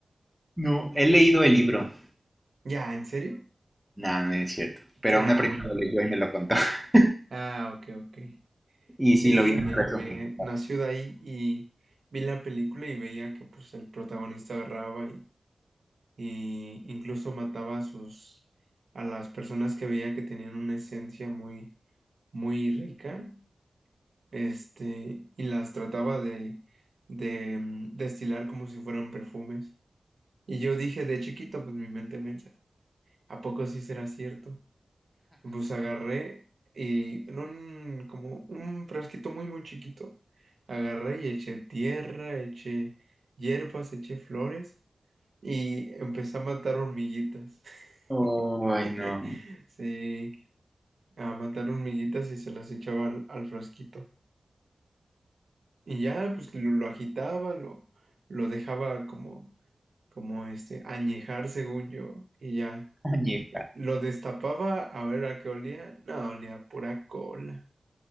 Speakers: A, in the centre; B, on the right (about 70°).
A: No, he leído el libro.
B: ¿Ya, en serio?
A: No, no es cierto. Pero
B: Ah,
A: una prima lo leyó y me lo contó. <laughs>
B: ah, ok, ok.
A: Y
B: Sí,
A: sí, lo vi en
B: me,
A: un resumen.
B: me nació de ahí y vi la película y veía que pues el protagonista agarraba y, y incluso mataba a sus a las personas que veía que tenían una esencia muy muy rica, este, y las trataba de de mm, destilar como si fueran perfumes. Y yo dije de chiquito, pues mi mente piensa, ¿a poco sí será cierto? Pues agarré y en un, como un frasquito muy, muy chiquito, agarré y eché tierra, eché hierbas, eché flores y empecé a matar hormiguitas.
A: <laughs>
B: <laughs>
A: Ay, no.
B: Sí, a matar hormiguitas y se las echaba al, al frasquito. Y ya, pues lo, lo agitaba, lo, lo dejaba como, como este, añejar según yo. Y ya,
A: Añeja.
B: eh, lo destapaba a ver a qué olía. No, olía a pura cola.